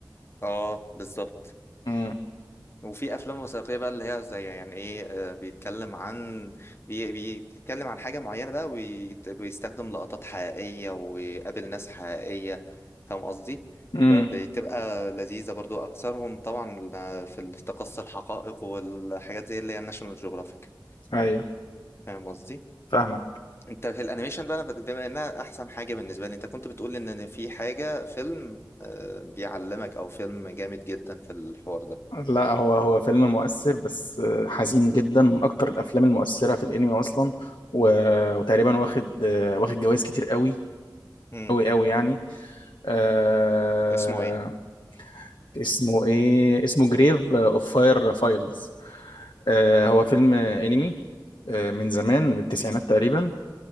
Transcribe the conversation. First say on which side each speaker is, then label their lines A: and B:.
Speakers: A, on the left; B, on the left.
A: اه بالظبط
B: امم
A: وفي افلام وثائقيه بقى اللي هي زي يعني ايه آه، بيتكلم عن بي بيتكلم عن حاجه معينه بقى وبيستخدم لقطات حقيقيه ويقابل ناس حقيقيه فاهم قصدي
B: امم
A: ب- بتبقى لذيذه برضو اكثرهم طبعا في التقصي الحقائق والحاجات زي اللي هي ناشونال جيوغرافيك
B: ايوه
A: فاهم قصدي
B: فاهمك
A: انت في الانيميشن بقى أنا بما انها احسن حاجه بالنسبه لي انت كنت بتقول ان إن في حاجه فيلم آه، بيعلمك او فيلم جامد جدا في الحوار
B: لا هو هو فيلم مؤثر بس آه، حزين جدا من اكتر الافلام المؤثره في الانمي اصلا و... وتقريبا واخد آه، واخد جوائز كتير قوي
A: ده
B: قوي قوي يعني آه...
A: اسمه ايه
B: اسمه ايه اسمه جريف اوف فاير فايلز آه هو فيلم انمي آه، من زمان من التسعينات تقريبا